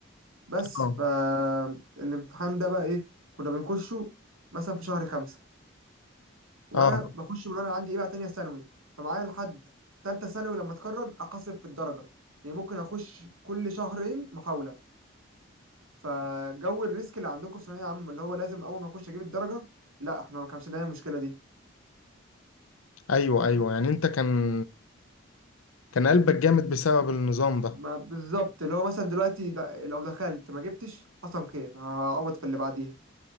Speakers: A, on the right; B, on the left.
A: بس
B: اه
A: فالامتحان ده بقى إيه كنا بنخشه مثلا في شهر خمسة وأنا
B: آه.
A: بخش من وأنا عندي إيه بقى تانية ثانوي فمعايا لحد تالتة ثانوي لما أتخرج أحاسب في الدرجة يعني ممكن أخش كل شهرين محاولة فجو الريسك اللي عندكم في ثانويه عامه اللي هو لازم اول ما اخش اجيب الدرجه لا احنا ما كانش لنا المشكله دي
B: ايوه ايوه يعني انت كان كان قلبك جامد بسبب النظام ده
A: ما بالظبط اللي هو مثلا دلوقتي د- لو دخلت ما جبتش حصل خير هعوض في اللي بعديها